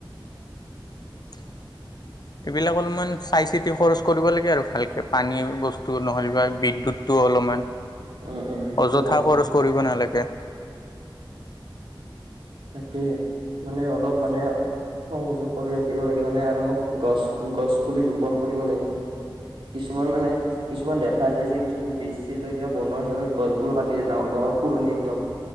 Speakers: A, on the left; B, on the right.
A: উম এইবিলাক অলপমান চাই চিতি খৰচ কৰিব লাগে আৰু ভালকে পানী বস্তু। নহব বিদ্যুৎটো অলপমান
B: উম উম সেইটো
A: অযথা
B: হয়
A: খৰচ কৰিব নালাগে ।
B: তাকে মানে অলপ মানে। সংযোগ কৰি ৰাখিব লাগে মানে আৰু গছ গছ পুলি ৰোপন কৰিব লাগে। কিছুমান মানে কিছুমান দেখা যায় যে কিছুমান, ব চীজ বা কিবা বনোৱা হৈছে গছবোৰ কাটি য ডাঙৰ ডাঙৰ পুৰণি একদম